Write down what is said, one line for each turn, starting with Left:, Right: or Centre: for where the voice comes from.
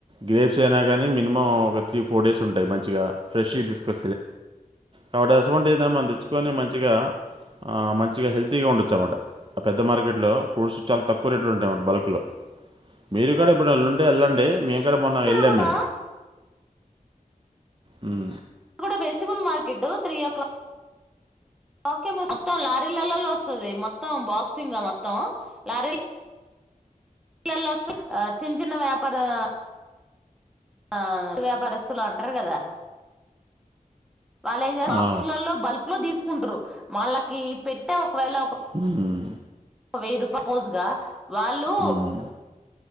Right: గ్రేప్స్ అయినా గానీ మినిమం ఒక త్రీ ఫోర్ డేస్ ఉంటాయి మంచిగా ఫ్రెష్ తీసుకు కాబట్టి అసవంట ఏదైనా మనం తెచ్చుకొని మంచిగా ఆ మంచిగా హెల్తీగా ఉండొచ్చు అన్నమాట ఆ పెద్ద మార్కెట్లో ఫ్రూట్స్ చాలా తక్కువ రేట్లు ఉంటాయిన్నమాట బల్క్లో మీరు గాడ ఇప్పుడుంటే వెళ్ళండి మేము కూడా మొన్నం
Centre: సరే
Right: వెళ్ళాం
Centre: కూడా
Right: మేము ఉం
Centre: అక్కడ కూడా vegetable market three o'clock okay మొత్తం లారీలలల్లో వస్తుంది మొత్తం బాక్సింగ్ మొత్తం లారీలు పలల్లో వస్త చిన్న చిన్న వ్యాపార <unintelligible> ఆ వ్యాపరిస్తులు అంటారు కదా వాళ్ళు ఏం బాక్స్లలో
Right: ఆ.
Centre: బల్క్ లో తీసుకుంటారు వాళ్ళకి పెట్టే ఒకవేళ
Right: ఊ హమ్
Centre: ఒక వెయ్యి రూపాయ సపోజుగా వాళ్ళు
Right: ఉమ్.